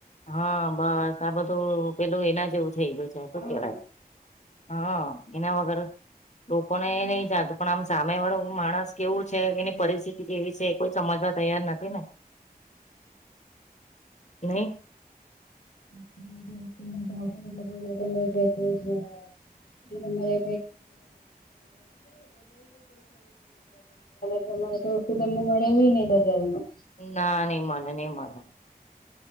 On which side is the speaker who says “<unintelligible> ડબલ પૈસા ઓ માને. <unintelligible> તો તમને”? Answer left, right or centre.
Left